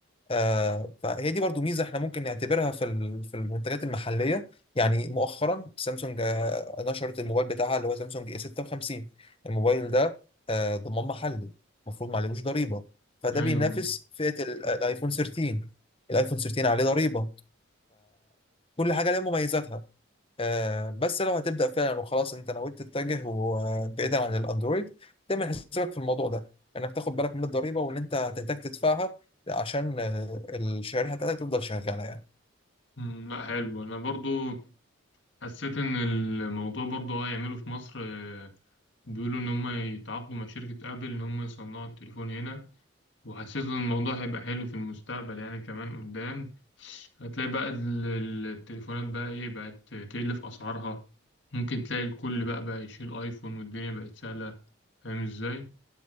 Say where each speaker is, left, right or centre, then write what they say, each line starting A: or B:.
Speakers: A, on the left; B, on the left.
A: آه، فهي دي برضو ميزة احنا ممكن نعتبرها في ال- في المنتجات المحلية يعني مؤخرا سامسونج آه، نشرت الموبايل بتاعها اللي هو سامسونج اي 56 الموبايل ده آه، ضمان محلي المفروض ما عليهوش ضريبة فده
B: ايوه
A: بينافس فئة ال- آه، الايفون 13 الايفون 13 عليه ضريبة فكل حاجة ليها مميزاتها آه، بس لو هتبدأ فعلا وخلاص انت نويت تتجه بعيدا عن الاندرويد تعمل حسابك في الموضوع ده انك تاخد بالك من الضريبة وان انت هتحتاج تدفعها عشان آه، الشريحة بتاعتك تفضل شغالة يعني
B: أمم، لا حلو انا برضه حسيت ان الموضوع برضه هيعمله في مصر آه، بيقولوا ان هم يتعاقدوا مع شركة ابل ان هم يصنعوا التليفون هنا وحسيت ان الموضوع هيبقى حلو في المستقبل يعني كمان قدام هتلاقي بقى ال- ال- التليفونات بقى ايه بقت تقل في اسعارها ممكن تلاقي الكل بقى بقى يشيل ايفون والدنيا بقت سهلة فاهم ازاي